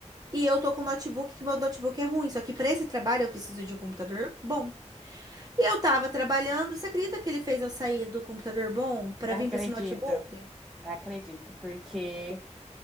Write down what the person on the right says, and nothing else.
E eu tô com notebook, que meu notebook é ruim. Só que para esse trabalho eu preciso de um computador bom. E eu tava trabalhando, você acredita que ele fez eu sair do computador bom para
vir para esse notebook?